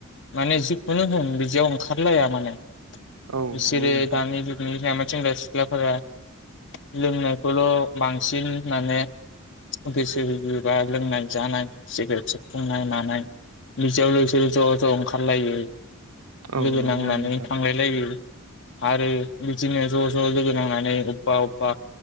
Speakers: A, on the left (about 60°); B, on the right (about 85°).
A: माने जिखुनु होन बिदियाव ओंखारलाया माने
B: औ
A: बिसोरो
B: नंगौ नोंथां
A: दानि जुगनि जामोन सेंग्रा सिख्लाफोरा लोंनायखौल' बांसिन माने गोसो होयो बा लोंनाय जानाय सिगारेट सेबफुंनाय मानाय बिदियाव लोगोसे ज' ज' ओंखारलायो
B: औ
A: लोगो
B: नंगौ
A: नांनानै
B: नोंथां
A: थांलायलायो आरो बेदिनो ज'ज'लोगो नांनानै नै अबा अबा